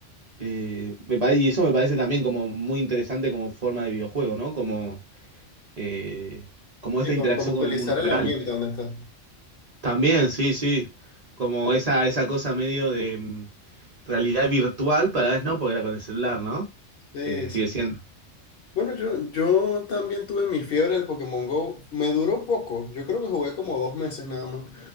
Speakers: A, on the right (about 40°); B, on the left (about 60°).
A: Eh, me pare- y eso me parece también como muy interesante como forma de videojuego, ¿no? Como, eh, como
B: Sí,
A: esta
B: como,
A: interacción
B: como utilizar
A: con el mundo
B: el
A: real.
B: ambiente donde estás.
A: También, sí, sí. Como esa, esa cosa medio de mm, realidad virtual, para vez no, porque era con el celular, ¿no?
B: Sí,
A: Eh, sigue
B: sí.
A: siendo.
B: Bueno, yo, yo también tuve mi fiebre del Pokémon Go. Me duró poco. Yo creo que jugué como dos meses nada más.